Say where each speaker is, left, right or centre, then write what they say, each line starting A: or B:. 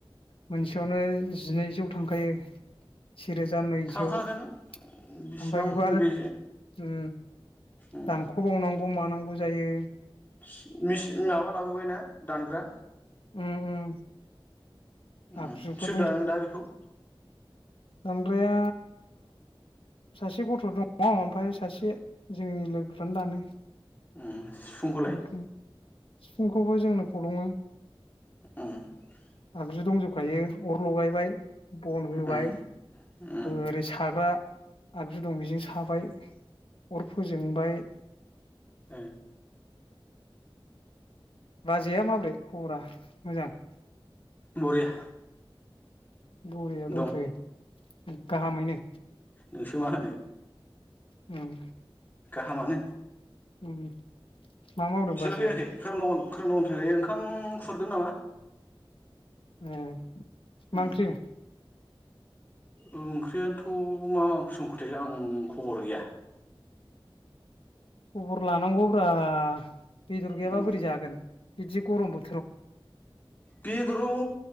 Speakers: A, on the left; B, on the left.
A: मोनसेयावनो जिनैजौ थांखायो। सेरोजा नैजौ
B: थांखागोन
A: ओमफ्राय
B: बिसिबां
A: बेखौ आरो
B: बे
A: उ
B: उम
A: दानख'बावनांगौ मानांगौ। खौ जायो।
B: चिन मिचिन माबा लाबोबाय ना दानग्रा।
A: <inaudible>
B: उ
A: आगजुफोर
B: सोर दाननो दा बेखौ
A: दानग्राया सासे गथ' दङ ओमफ्राय सासे जोंनि लोगो फ्रानो दानो
B: ओम सिफुंखौलाय
A: ओमफ्राय सिफुंखौबो जोंनो फलङो
B: <inaudible>
A: आगजु दंजोबखायो अर लगायबाय बन होबाय
B: उम उम
A: ओरै साग्रा आगजु दं बेजों साबाय अर फोजोंबाय
B: ओ
A: बाजैया माब्रै खबरा मोजां
B: बरिया
A: बरियाव दंथ'यो
B: दं
A: गाहामैनो
B: नोंसो मा होनो।
A: उम।
B: गाहामआनो।
A: उम। मा मावदों
B: एसोर
A: बाजैयालाय
B: लाइ फैयाखै खोरोमदाव मोन खोरोमदाव फैयाखै ओंखाम खुरदों नामा?
A: ए।
B: उम
A: मा ओंख्रि।
B: ओंख्रियानोथ' मा मा संखोथाय आं खबर गैया।
A: खबर लानांगौब्रा। बेदर गैयाबा
B: उम
A: बोरै जागोन। बिदि गरम बो
B: बेदराव